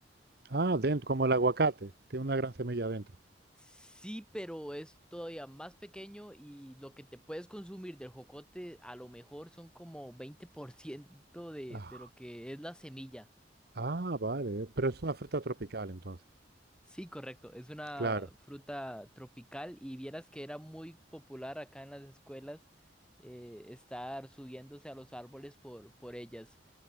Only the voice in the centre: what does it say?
Sí, pero es todavía más pequeño y lo que te puedes consumir del jocote a lo mejor son como 20% de,
de lo que es la semilla.
Sí, correcto. Es una
fruta tropical y vieras que era muy popular acá en las escuelas eh, estar subiéndose a los árboles por, por ellas.